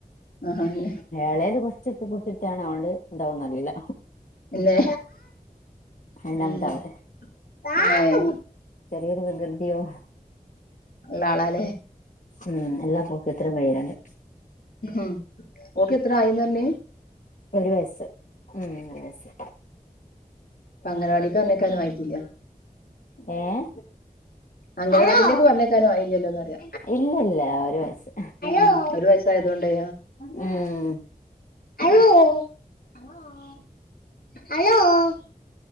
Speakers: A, on the left; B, on the left.
A: ആഹ് അന്നെ
B: എളേത് കുറച്ച് റ്റാണ് ആണ്ട് ഇണ്ടാവന്ന് അറിയില്ല
A: പിന്നെ
B: രണ്ടാമത്തെ
A: ഉം
B: ആള്
A: ഏഹ്
B: ചെറിയൊരു വിക്യതിയോ
A: ളള ആളല്ലേ
B: ഉം എല്ലാ പോക്രിത്തരവും കയ്യിലുണ്ട്
A: ഉം ഓക്ക് എത്ര ആയിന്ന് പറഞ്ഞേ
B: ഒരു വയസ്സ് ഉം ഒരു വയസ്സ്
A: അപ്പ അംഗനവാടിക്ക് പറഞ്ഞേക്കാനും ആയിട്ടില്ല
B: ഏഹ്
A: അംഗനവാടിലേക്ക് പറഞ്ഞേക്കാനും ആയില്ലല്ലോന്ന് അറിയ
B: ഇല്ല ഇല്ല ഒരു വയസ്സ്
A: ആ ഒരു വയസ്സായതൊണ്ടേ
B: ഉം
A: ആഹ്